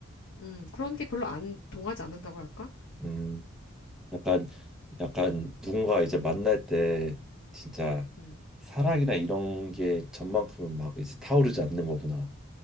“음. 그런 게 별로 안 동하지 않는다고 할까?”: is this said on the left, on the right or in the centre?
Left